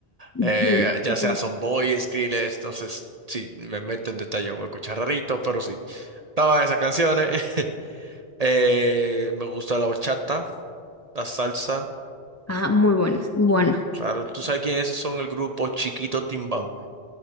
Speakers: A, on the right; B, on the left.
A: Eh,
B: Ujú.
A: ya
B: ujú.
A: sea son boy Skrillex, entonces sí, me meto en detalle, voy a escuchar rarito, pero sí. Estaban esas canciones. <laughs> Eh, Eh, me gusta la bachata, la salsa.
B: Ah, muy buenos. Bueno,
A: Claro, ¿tú sabes quiénes son el grupo Chiquito Timbán?